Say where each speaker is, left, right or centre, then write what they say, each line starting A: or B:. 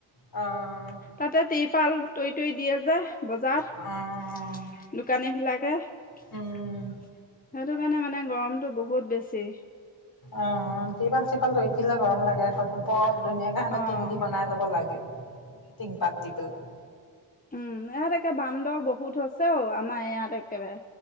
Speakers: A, on the left (about 50°); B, on the left (about 20°).
A: অ'।
B: তাতে তিৰপাল তৈ, তৈ দিয়ে যে। বজাৰত
A: অ',
B: দোকানী বিলাকে সেইটো
A: উম।
B: কাৰণে মানে গৰমটো বহুত বেছি।
A: অ', তিৰপাল-চিৰপাল তৰি দিলে গৰম লাগে আক পপ ধুনীয়াকে হেত
B: অ'।
A: টিং দি বনাই ল'ব লাগে টিং পাত দি পেলাই।
B: উম, ইহাত একে বান্দৰ বহুত হৈছে অ' আমাৰ ইয়াত একেবাৰে।